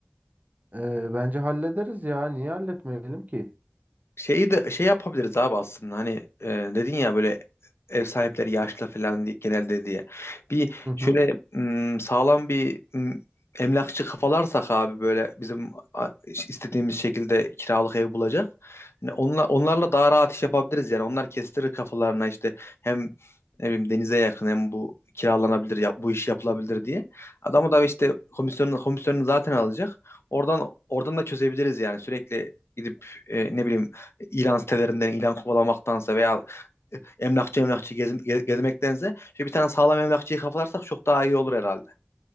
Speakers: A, on the right; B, on the left.
A: Ee, bence hallederiz ya. Niye halletmeyelim ki?
B: Şeyi de şey yapabiliriz abi aslında hani e, dedin ya böyle ev sahipleri yaşlı falan diye, genelde diye. Bir
A: Hı hı.
B: şöyle m, sağlam bir m, emlakçı kafalarsak abi böyle bizim a, istediğimiz şekilde kiralık ev bulacak. Hani onla, onlarla daha rahat iş yapabiliriz yani. Onlar kestirir kafalarına işte hem ne bileyim denize yakın hem bu kiralanabilir ya, bu iş yapılabilir diye. Adamı da işte komisyonunu komisyonunu zaten alacak. Oradan oradan da çözebiliriz yani sürekli gidip e, ne bileyim ilan sitelerinden ilan kovalamaktansa veya emlakçı emlakçı gez, gez- gezmektense şöyle bir tane sağlam emlakçıyı kafalarsak çok daha iyi olur herhalde.